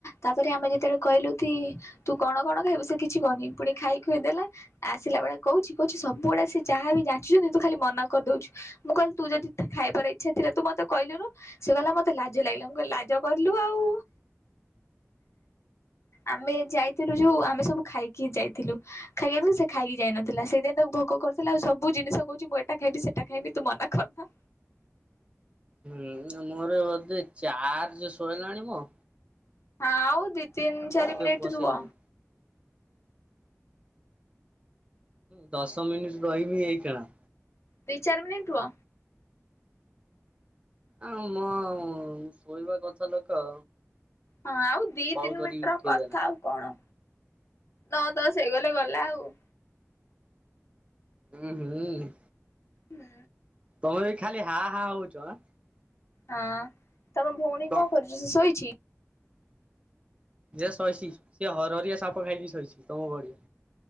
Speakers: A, on the left (about 60°); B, on the right (about 20°).
A: ତାପରେ ଆମେ ଯେତେବେଳେ କହିଲୁ କି ତୁ କଣ କଣ ଖାଇବୁ ସେ କିଛି ବନେଇ ପୁଣି ଖାଇ ଖୁଇ ଦେଲେ ଆସିଲା ବେଳେ କହୁଚି କହୁଚି ସବୁବେଳେ ସେ ଯା ଯାହାବି ଯାଚୁଚନ୍ତି ତୁ ଖାଲି ମନା କରିଦଉଚୁ ମୁଁ କହିଲି ତୁ ଯଦି ତା ଖାଇବାର ଇଚ୍ଛା ଥିଲା ତୁ ମୋତେ କହିଲୁନୁ ସେ କହିଲା ମ ମତେ ଲାଜ ଲାଗିଲା ମୁଁ କହିଲି ଲାଜ କରିଲୁ ଆଉ। ଆମେ ଯାଇଥିଲୁ ଯୋଉ ଆମେ ସବୁ ଖାଇକି ଯାଇଥିଲୁ ଖାଇବାକୁ ସେ ଖାଇକି ଯାଇନଥିଲା ସେଥି ପାଇଁ ତାକୁ ଭୋ ଭୋଗ କରୁଥିଲା ଆଉ ସବୁ ଜିନିଷ କହୁଚି ମୁଁ ଏଟା ଖାଇବି ସେଟା ଖାଇବି ତୁ ମନା କରନା।
B: ହୁଁ ମୋର ବୋଧେ ଚାର୍ଜ ସଇଲାଣି ମ
A: ହଁ ଆଉ ଦି ତିନି ଚାରି ମିନିଟ୍
B: ବସେଇଲିଣି।
A: ରୁହ।
B: ଦଶ ମିନିଟ୍ ରହିବି ଏଇଖିଣା।
A: ଦି ଚାରି ମିନିଟ୍ ରୁହ।
B: ଆଁ ମୋ ଶୋଇବା କଥା ଲୋକ
A: ହଁ ଆଉ ଦି
B: କଲ୍
A: ତିନି
B: କରିକି
A: ମିନିଟ୍ ର
B: ଉଠେଇଦେଲା।
A: କଥା ଆଉ କଣ। ନଅ ଦଶ ହେଇଗଲେ ଗଲା ଆଉ।
B: ହୁଁ ହୁଁ।
A: ହୁଁ।
B: ତମେ ବି ଖାଲି ହା ହା ହଉଚ ଆଁ।
A: ହଁ ତମ ଭଉଣୀ
B: ତ
A: କଣ କରୁଛି ସେ ଶୋଇଛି।
B: ଯିଏ ଶୋଇଛି ସିଏ ହରହରିଆ ସାପ ଖାଇକି ଶୋଇଛି ତମ ଭଳିଆ।